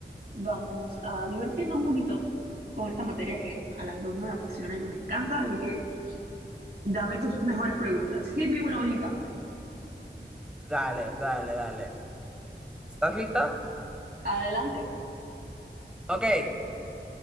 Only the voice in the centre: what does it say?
Dale, dale, dale. ¿Estás lista?
Ok,